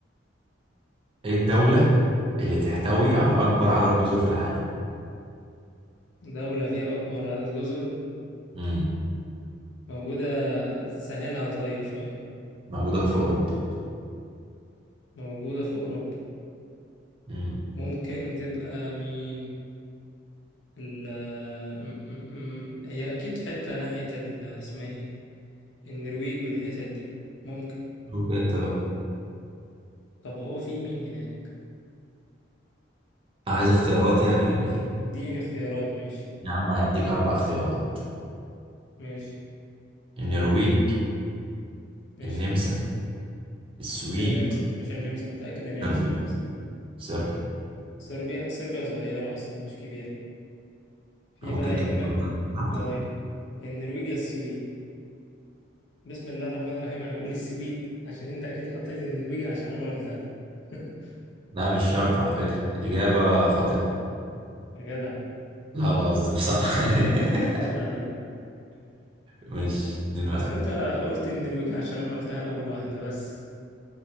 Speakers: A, on the right (about 30°); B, on the left (about 70°).
A: ايه الدولة اللي تحتوي على اكبر عدد جزر في العالم
B: دولة فيها أكبر عدد جزر
A: مم.
B: موجودة سهلها طيب شوية
A: موجودة في اوروبا
B: موجودة في أوروبا
A: مم.
B: ممكن تبقى مين ال م- م- م- هي أكيد حتة ناحية ال اسمها ايه النرويج والحتت دي ممكن
A: شوف انت بقى
B: طب هو في مين هناك
A: عايز اختيارات يعني ولا ايه
B: اديني اختيارات ماشي
A: يا عم انا هديك اربع اختيارات
B: ماشي
A: النرويج
B: ماشي
A: النمسا السويد
B: مش النمسا مش النمسا متأكد إن هي
A: صربيا
B: مش النمسا
A: صربيا
B: صربيا صربيا صغيرة أصلا مش كبيرة في
A: ممكن
B: بقى
A: تكون
B: يا إما
A: براحتك
B: اه النرويج يا السويد بسم الله الرحمن الرحيم انا هقول السويد عشان انت اكيد حطيت النرويج عشان انا قلتها <laughs>
A: لا مش شرط على فكرة إجابة خاطئة
B: يا جدع
A: لا بهزر صح <laughs>
B: لا عيب عليك
A: مش اتنين واحد
B: اصل انت قلت النرويج عشان انا قلتها اول واحدة بس